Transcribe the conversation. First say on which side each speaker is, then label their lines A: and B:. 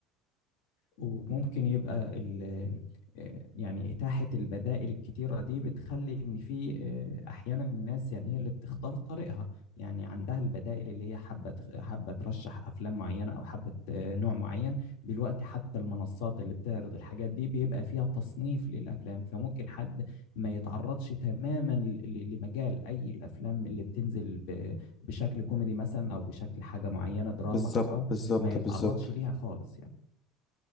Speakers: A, on the left (about 80°); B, on the left (about 30°).
A: وممكن يبقى ال- آه، يعني إتاحة البدائل الكتيرة دي بتخلي إن في آه، أحيانا الناس يعني هي اللي بتختار طريقها يعني عندها البدائل اللي هي حابة تخ- حابة ترشح أفلام معينة أو حابة آه، نوع معين دلوقتي حتى المنصات اللي بتعرض الحاجات دي بيبقى فيها تصنيف للأفلام فممكن حد ما يتعرضش تماما ل- ل- لمجال أي الأفلام اللي بتنزل ب- بشكل كوميدي مثلا أو بشكل حاجة معينة دراما
B: بالظبط
A: أو أو
B: بالظبط
A: ما يتعرضش
B: بالظبط
A: ليها خالص يعني